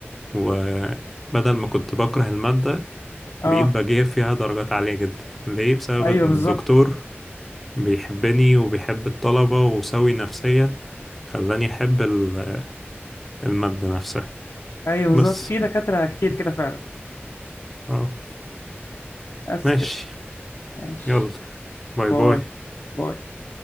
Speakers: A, in the centre; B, on the left.
A: وبدل ما كنت بكره المادة
B: اه
A: بقيت بجيب فيها درجات عالية جدا ليه بسبب
B: ايوه
A: ان
B: بالظبط
A: الدكتور بيحبني وبيحب الطلبة وسوي نفسيا خلاني أحب ال- المادة نفسها
B: ايوه بالظبط
A: بس
B: في دكاتره كتير كده فعلا
A: اه
B: بس
A: ماشي
B: كده ماشي
A: يلا باي
B: باي
A: باي
B: باي